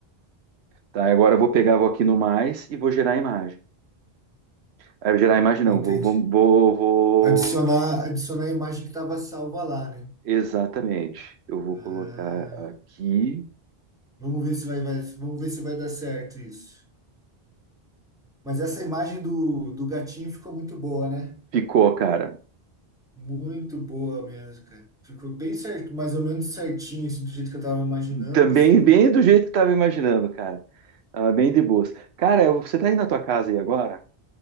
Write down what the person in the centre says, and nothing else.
Entendi.
Adicionar, adicionar a imagem que estava salva lá, né?
Ah,
vamos ver se vai, vai- vamos ver se vai dar certo isso. Mas essa imagem do, do gatinho ficou muito boa, né?
Muito boa mesmo, cara. Ficou bem certo, mais ou menos certinho, assim, do jeito que eu tava imaginando,
assim,
né?